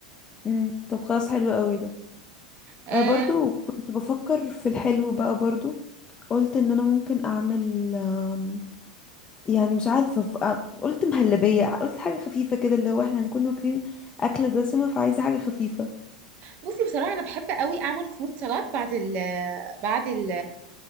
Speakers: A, on the left; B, on the right.
A: امم طب خلاص حلو قوي ده
B: آه
A: انا برضو كنت بفكر في الحلو بقى برضو قلت ان انا ممكن اعمل آم، يعني مش عارفه ف- آم، قلت مهلبيه قلت حاجه خفيفه كده اللي هو احنا هنكون واكلين اكله دسمه فعايزه حاجه خفيفه
B: بصي بصراحة انا بحب قوي اعمل فروت سلطات بعد ال بعد ال